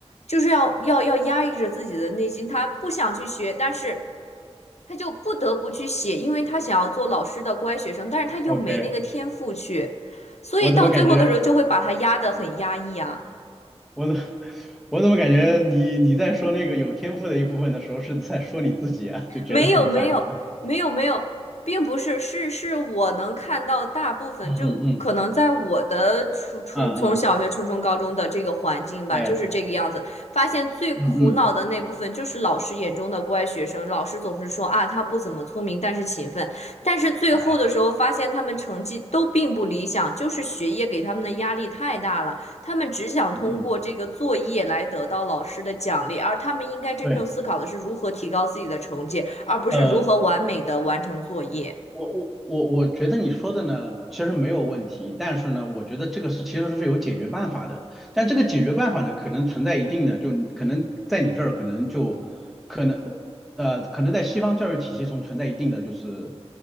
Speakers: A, on the left; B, in the centre.
A: 就是要要要压抑着自己的内心，他不想去学，但是。他就不得不去写，因为他想要做老师的乖学生，但是他又没那个天赋去，
B: ，OK，
A: 所以到最后的时候就会把他压得很压抑啊。
B: 我怎么感觉？我怎 <laughs> 我怎么感觉你你在说那个有天赋的一部分的时候是在说你自己啊，就觉得很烦。
A: 没有没有没有没有，并不是，是是我能看到大部分，
B: 嗯嗯嗯
A: 就可能在我的初初从小学、
B: 嗯嗯，
A: 初中、高中的这个环境吧，
B: 哎，
A: 就是这个样子。发现最苦恼的那部分就是老师眼中的乖学生，
B: 嗯嗯，
A: 老师总是说啊他不怎么聪明，但是勤奋，但是最后的时候发现他们成绩都并不理想，
B: 哎呀，
A: 就是学业给他们的压力太大了，他们只想通过这个作业来得到老师的奖励，
B: 嗯嗯，
A: 而他们应该真正思考的是如何提高自己的成绩。
B: 对，
A: 而不是如何完美的完成作业。
B: 呃，我我我我觉得你说的呢，其实没有问题，但是呢，我觉得这个是其实是有解决办法的，但这个解决办法呢，可能存在一定的，就你可能在你这儿可能就。可能。呃，可能在西方教育体系中存在一定的就是